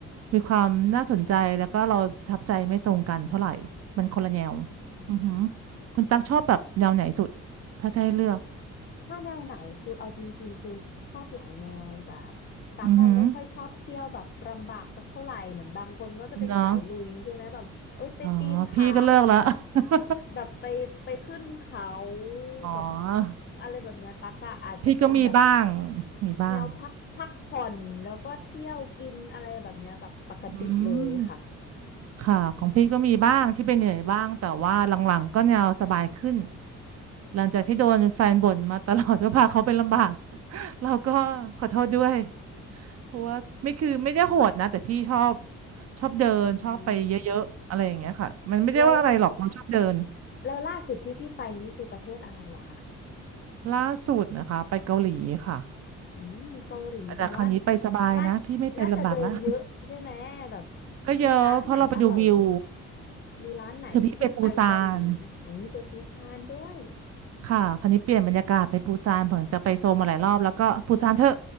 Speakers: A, on the right; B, on the left.
A: มีความน่าสนใจแล้วก็เราประทับใจไม่ตรงกันเท่าไหร่มันคนละแนว
B: อืม
A: อือหือคุณตั๊กชอบแบบแนวไหนสุดถ้าจะให้เลือก
B: ถ้าแนวไหนคือเอาจริงๆคือชอบหลายแนวแต่ตักอะไม่ค่อยชอบเที่ยวแบบลำบากสักเท่าไหร่เหมือนบางคนก็จะเป็นสายลุยใช่ไหมแบบเอ้ยไปปีนผา
A: อือหือเนาะอ๋อพี่ก็เลิกละ <laughs>
B: แบบไปไปขึ้นเขา
A: อ๋อ
B: แบบอะไรแบบเนี้ยตักอะอาจจะเป็นแบบ
A: พี่ก็มีบ้างมีบ้าง
B: แนวพักพักผ่อนแล้วก็เที่ยวกินอะไรแบบเนี้ยแบบปกติเลยค่ะ
A: อืม ค่ะของพี่ก็มีบ้างที่เป็นเหนื่อยบ้างแต่ว่าหลังๆก็แนวสบายขึ้นหลังจากที่โดนแฟนบ่นมาตลอดว่าพาเขาเป็นลำบาก <laughs> เราก็ขอโทษด้วยเพราะว่าไม่คือไม่ได้โหดนะแต่พี่ชอบชอบเดินชอบไปเยอะๆอะไรอย่างเงี้ยค่ะมันไม่ได้ว่าอะไรหรอกเราชอบเดิน
B: อืมแล้วแล้วล่าสุดที่พี่ไปนี่คือประเทศอะไรเหรอคะ
A: ล่าสุดนะคะไปเกาหลีค่ะ
B: อืมเกาหลีแปลว่า
A: แต่คราวนี้ไปสบายนะพี่ไม่ไปลำบากแล้ว
B: น่าน่าจะเดินเยอะใช่ไหมแบบ
A: <laughs> ก็เยอะเพราะเราไปดูวิว
B: มีร้านไหนอร่อยไหมมีร้านไหนที่พี่ไปเกาหลีอืมไปปูซานด้วย
A: คือพี่ไปปูซาน ค่ะคราวนี้เปลี่ยนบรรยากาศไปปูซานผมจะไปโซลมาหลายรอบแล้วก็ปูซานเถอะ